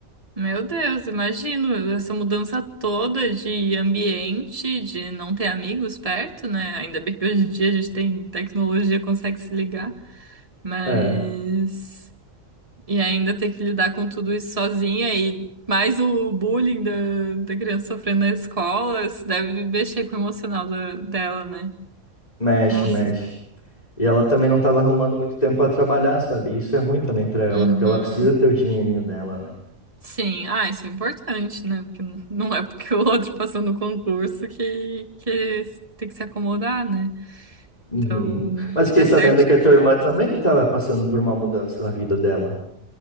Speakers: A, on the right; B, on the left.
A: Meu Deus, imagino essa mudança toda de ambiente, de não ter amigos perto, né? Ainda bem que hoje em dia a gente tem tecnologia, consegue se ligar. Mas.
B: É,
A: E ainda ter que lidar com tudo isso sozinha e mais o bullying da, da criança sofrendo na escola, isso deve mexer com o emocional da- dela, né?
B: mexe,
A: Nossa.
B: mexe. E ela também não estava arrumando muito tempo para trabalhar, sabe? Isso é ruim também para ela,
A: Uhum.
B: porque ela precisa ter o dinheirinho dela, né?
A: Sim, ah, isso é importante, né? Porque n- não é porque o outro passou no concurso que, que tem que se acomodar, né?
B: Uhum.
A: Então,
B: Mas fiquei
A: tá
B: sabendo
A: certo.
B: que a tua irmã também estava passando por uma mudança na vida dela.